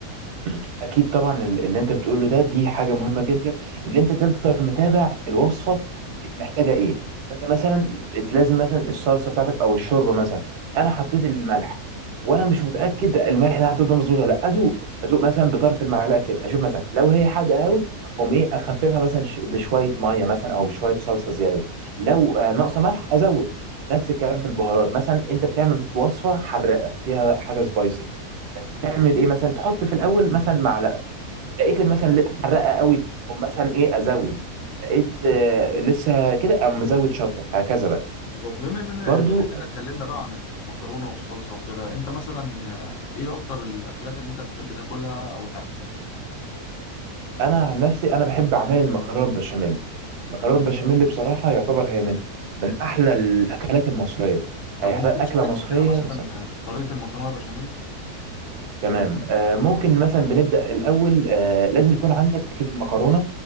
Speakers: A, on the right; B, on the left.
A: مم. اكيد طبعا ال- اللي انت بتقوله ده دي حاجه مهمه جدا ان انت تفضل متابع الوصفه في- محتاجه ايه فانت مثلا لازم مثلا الصلصه بتاعتك او الشوربه مثلا انا حطيت الملح وانا مش متاكد الملح اللي أنا حطيته ده مظبوط ولا لا ادوق ادوق مثلا بطرف المعلقه كده اشوف مثلا لو هي حادقه قوي اقوم ايه اخففها مثلا ش- بشويه ميه مثلا او بشويه صلصه زياده لو آه، ناقصه ملح ازود نفس الكلام في البهارات مثلا انت بتعمل وصفه حراقه فيها حاجه سبايسي
B: مم.
A: تعمل ايه مثلا تحط في الاول مثلا معلقه لقيت مثلا ل- حرقه قوي او مثلا ايه ازود لقيت آه لسه كده او مزود شطه هكذا بقى
B: بالظبط بما من
A: برضو
B: بما اننا اتكلمنا بقى عن المكرونه والصلصه وكده انت مثلا آه، ايه اكتر الاكلات اللي انت بتحب تاكلها او تعملها
A: انا عن نفسي انا بحب اعمل المكرونه بشاميل المكرونه
B: مم.
A: البشاميل بصراحه يعتبر هي من من احلى الاكلات المصريه
B: طب
A: يعني يعتبر
B: ممكن تشارك
A: اكله مصريه
B: كده مثلا آه، طريقه المكرونه بشاميل
A: تمام آه، ممكن مثلا بنبدأ الأول آه، لازم يكون عندك أكيد المكرونة